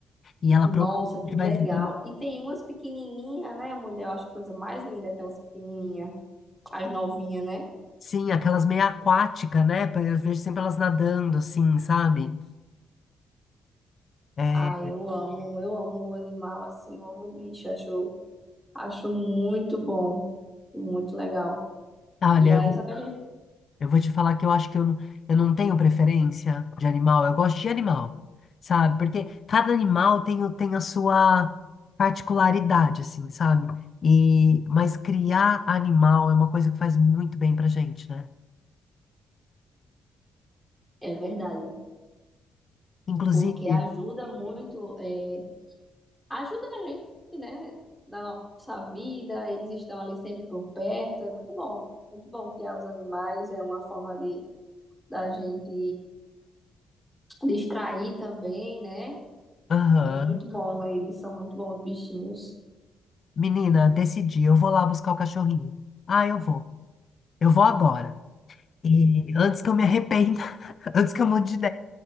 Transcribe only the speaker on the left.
E ela
provavelmente
vai viver.
Sim, aquelas meio aquática, né? Pa- Eu vejo sempre elas nadando, assim, sabe? É,
olha,
eu
eu vou te falar que eu acho que eu, não- eu não tenho preferência de animal. Eu gosto de animal, sabe? Porque cada animal tem, o- tem a sua particularidade, assim, sabe? E, mas criar animal é uma coisa que faz muito bem pra gente, né?
Inclusive,
aham,
menina, decidi, eu vou lá buscar o cachorrinho. Ah, eu vou. Eu vou agora. E antes que eu me arrependa, <laughs> antes que eu mude de